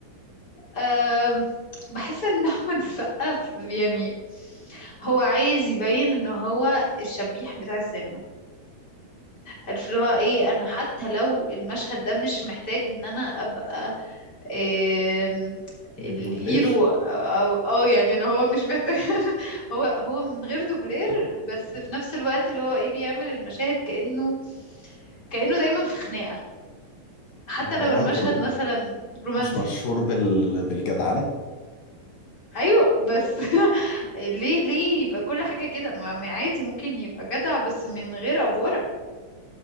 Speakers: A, on the left; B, on the left.
A: أم، بحس ان <laughs> احمد السقا في- يعني هو عايز يبين ان هو الشبيح بتاع السينما عارف اللي هو ايه انا حتى لو المشهد ده مش محتاج ان انا ابقى آم،
B: الدوبلير
A: الهيرو او او أو يعني اللي هو مش محتاج <laughs> هو هو من غير دوبلير بس في نفس الوقت اللي هو ايه بيعمل المشاهد كأنه كأنه دايما في خناقة حتى
B: ما هو
A: لو
B: برضه
A: المشهد مثلا رومانسي
B: مش مشهور بال... بالجدعنه
A: ايوه بس <laughs> ليه ليه يبقى كل حاجة كده ما ما عادي ممكن يبقى جدع بس من غير افورة